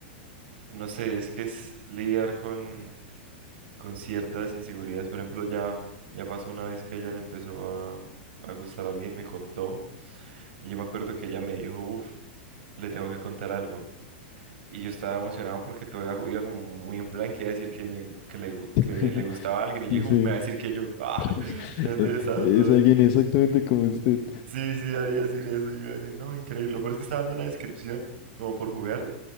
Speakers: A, on the right; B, on the left.
A: no sé, es que es lidiar con, con ciertas inseguridades. Por ejemplo, ya, ya pasó una vez que ella le empezó a, a gustar a alguien, me contó, y yo me acuerdo que ella me dijo, uff, le tengo que contar algo. Y yo estaba emocionado porque todavía ju- iba como muy en plan que iba a decir que, me, gu- que, le, gu-
B: <laughs>
A: que le gustaba a alguien, y yo dije,
B: Sí.
A: uff, me va a decir que yo, ah,
B: <laughs>
A: <laughs> entonces
B: Eh,
A: estaba
B: Es
A: todo,
B: alguien exactamente como usted.
A: sí, sí, haría decir eso, y yo iba a decir, no, increíble, lo peor es que estaba dando una descripción, como por jugar,